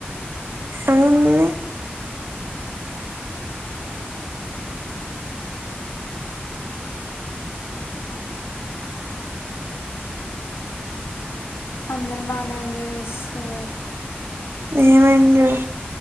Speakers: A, on the right (about 85°); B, on the left (about 80°).
A: ఏముంది
B: అందరు బానే ఎంజాయ్ చేస్తున్నరు
A: ఏమైంది అది